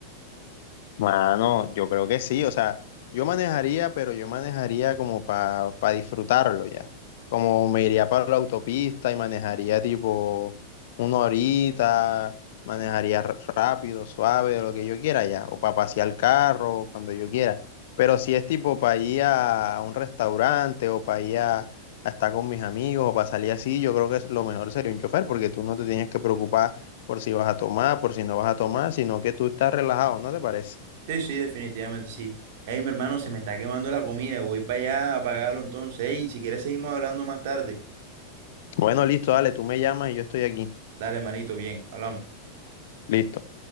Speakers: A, on the left; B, on the right.
A: Mano, yo creo que sí, o sea, yo manejaría, pero yo manejaría como para disfrutarlo ya. Como me iría para la autopista y manejaría tipo una horita, manejaría r- rápido, suave, de lo que yo quiera ya, o para pasear el carro, cuando yo quiera. Pero si es tipo para ir a a un restaurante o para ir a, a estar con mis amigos o para salir así, yo creo que es- lo mejor sería un chofer porque tú no te tienes que preocupar por si vas a tomar, por si no vas a tomar, sino que tú estás relajado, ¿no te parece?
B: Sí, sí, definitivamente sí. Ey, mi hermano, se me está quemando la comida, voy para allá a pagarlo entonces. Ey, si quieres seguimos hablando más tarde.
A: Bueno, listo, dale, tú me llamas y yo estoy aquí.
B: Dale, manito, bien, hablamos.
A: Listo.